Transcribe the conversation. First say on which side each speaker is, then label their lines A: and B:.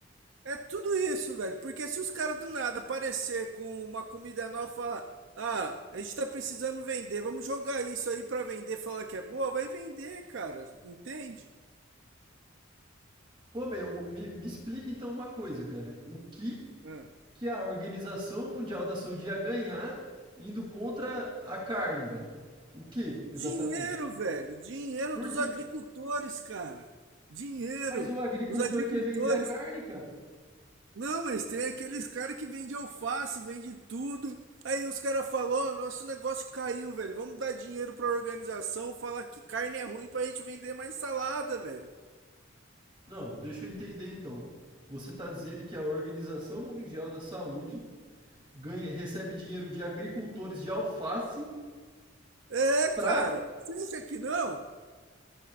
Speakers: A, on the right; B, on the right.
A: É tudo isso, velho. Porque se os caras do nada aparecer com uma comida nova e falar, ah, a gente tá precisando vender, vamos jogar isso aí pra vender, falar que é boa, vai vender, cara. Entende?
B: Pô, meu, me, me explica então uma coisa, cara. O que
A: Ah.
B: que a Organização Mundial da Saúde ia ganhar indo contra a carne, velho. O que exatamente?
A: Dinheiro, velho. Dinheiro
B: Porque.
A: dos agricultores, cara. Dinheiro.
B: Mas o agricultor
A: Os agricultores.
B: quer vender a carne, cara.
A: Não, mas tem aqueles caras que vendem alface, vende tudo. Aí os caras falaram, nosso negócio caiu, velho. Vamos dar dinheiro pra organização, falar que carne é ruim pra gente vender mais salada, velho.
B: Não, deixa eu entender então. Você está dizendo que a Organização Mundial da Saúde ganha- recebe dinheiro de agricultores de alface
A: É, cara.
B: para
A: Você acha que não?